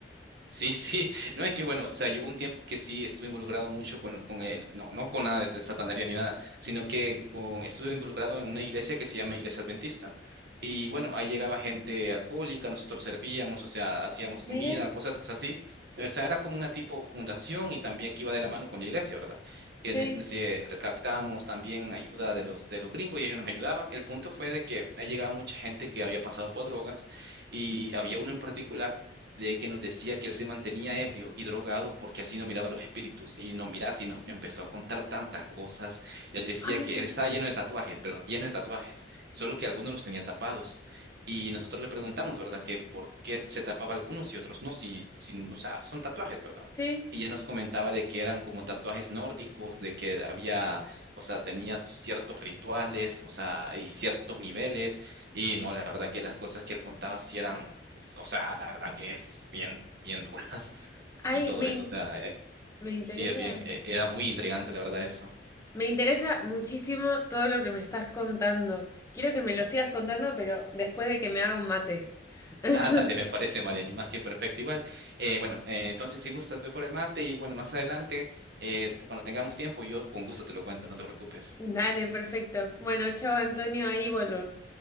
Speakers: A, on the right (about 65°); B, on the left (about 15°).
A: Sí, sí, <laughs> no es que bueno, o sea, yo hubo un tiempo que sí estuve involucrado mucho con, con el, no, no con nada de satanaria ni nada, sino que con- estuve involucrado en una iglesia que se llama Iglesia Adventista. Y bueno, ahí llegaba gente alcohólica, nosotros servíamos, o sea, hacíamos comida,
B: miren,
A: cosas así. O sea, era como una tipo fundación y también que iba de la mano con la iglesia, ¿verdad?
B: sí.
A: Que en ese- en ese recaptábamos también ayuda de los, de los gringos y ellos nos ayudaban. El punto fue de que ahí llegaba mucha gente que había pasado por drogas y había uno en particular de que nos decía que él se mantenía ebrio y drogado porque así no miraba los espíritus. Y no, mira, si nos empezó a contar tantas cosas. Él decía
B: Ay,
A: que
B: no.
A: él estaba lleno de tatuajes, pero lleno de tatuajes, solo que algunos los tenía tapados. Y nosotros le preguntamos, ¿verdad? Que por qué se tapaba algunos y otros no, si, si, o sea, son tatuajes, ¿verdad?
B: sí.
A: Y él nos comentaba de que eran como tatuajes nórdicos, de que había, o sea, tenía ciertos rituales, o sea, y ciertos niveles. Y no, la verdad que las cosas que él contaba sí eran o sea, la verdad que es bien, bien duras <laughs>
B: Ay,
A: y todo
B: me,
A: eso,
B: in-
A: o sea, eh,
B: me interesa.
A: sí es bien, eh, era muy intrigante la verdad eso. <laughs>
B: Me interesa muchísimo todo lo que me estás contando. Quiero que me lo sigas contando, pero después de que me haga un mate. <laughs>
A: Ah, dale, me parece, Mariano, más que perfecto igual. Eh, bueno, eh, entonces si gustas, ve por el mate y bueno, más adelante, eh, cuando tengamos tiempo, yo con gusto te lo cuento, no te preocupes.
B: Dale, perfecto. Bueno, chao Antonio, ahí vuelvo.